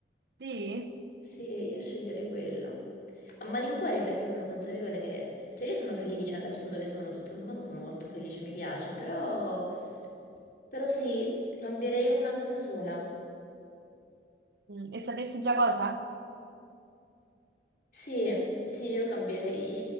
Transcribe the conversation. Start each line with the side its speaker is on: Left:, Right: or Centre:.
Right: Sì?
Left: Sì, io sceglierei quello. A malincuore perché sono consapevole che, cioè io sono felice adesso dove sono, tutto sommato sono molto felice, mi piace, però, però sì, cambierei una cosa sola.
Right: Mm, E sapresti già cosa?
Left: Sì, sì, io cambierei,